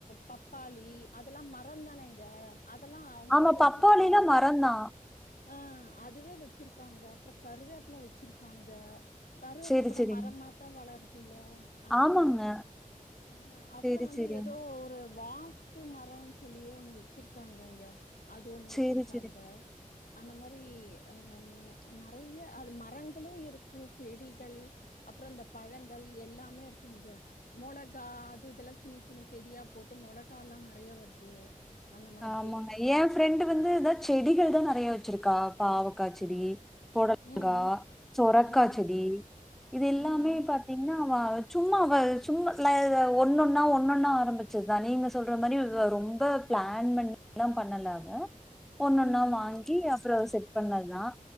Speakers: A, on the left; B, in the centre.
A: பப்பாளி அதெல்லாம் மரம் தானேங்க அதெல்லா அவங்களே
B: ஆமா
A: வச்சிருக்காங்க
B: பப்பாளிலாம் மரந்தான்
A: ஆ அதுவே வச்சிருக்காங்க அப்றோ கருவேப்ல வச்சிருக்காங்க கருவேப்புல
B: சேரி
A: கூட
B: சேரிங்க
A: மரமாட்டம் வளருது துல அது
B: ஆமாங்க
A: ஆஹ் அப்புறம்
B: சேரி
A: வந்து
B: சேரிங்க
A: ஏதோ ஒரு வாஸ்து மரொனு சொல்லியே ஒண்ணு வச்சிருக்காங்கங்க அது ஒண்ணு
B: சேரி
A: வச்சிருக்காங்க
B: சேரி
A: அந்த மாரி அ நெறைய அது மரங்களும் இருக்கு செடிகள் அப்பறம் இந்த பழங்கள் எல்லாமே இருக்கு இங்க மொளகா அது இதெல்லாம் சின்ன சின்ன செடியா போட்டு மொளகா எல்லாம் நெறைய வருது அந்த மாதிரி
B: ஆமாங்க என் ஃப்ரெண்டு் வந்துான் செடிகள் தான் நெறைய வச்ச வச்சிருக்கா பாவக்கா செடி பொடலங்கா
A: ம்
B: சொரக்கா
A: ம் ஆ
B: செடி இது எல்லாமே
A: ம்
B: பாத்தீங்கன்னாஅவ சும்மா சும்மா ஒன்னொன்னா ஒன்னொன்னா ஆரம்பிச்சதுதான் நீங்க சொல்ற மாரி ரொம்ப பிளான் பண்ணில்லாம் பண்ணல அவ ஒன்னொன்னா
A: ம் ம்
B: வாங்கி அப்பறம் செட் பண்ணதுதான்